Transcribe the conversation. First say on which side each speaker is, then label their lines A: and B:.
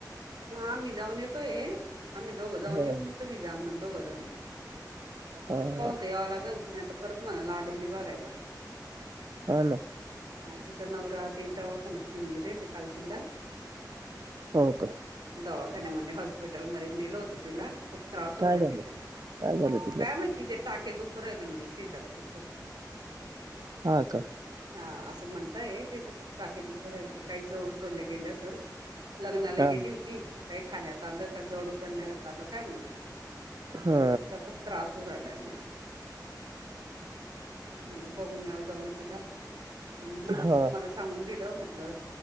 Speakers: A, on the right; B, on the right.
A: हा आम्ही जाऊन येतोय हे आम्ही दोघं जाऊन
B: ह
A: येऊ मग तुम्ही जा मग दोघं जण
B: हा
A: प पाहून
B: हा
A: तर यावं लागल नाही तर परत म्हणाला आल्याने बघायला.
B: हो ना
A: तिचा नवरा ते दवाखान्यात घेऊन गेले ते काल तिला
B: हो का,
A: दवाखान्या म्ह हॉस्पिटलमध्येध्ये नेलं होतं तिला खूप त्रास हो
B: काय
A: राहिलाय
B: झालं
A: तिला
B: काय झालं तिला
A: काय माहिती तिचे टाके दुख राहिले म्हणे सिजरचे खूप
B: हा का.
A: हा असं म्हणताय त्याचे खूप टाके दुखू राहिले काही जड उचलल्या गेले असल. लग्नाला
B: हा
A: गेली होती काही खाण्यात आलं का जड उचलण्यात आलं काय माहिती?
B: हा
A: पण तिला खूप त्रास होऊ राहिलाय म्हणे म्हला बघून याव जाऊन तिला म मग
B: हा
A: तुम्हाला सांगून दिलं म्हटलं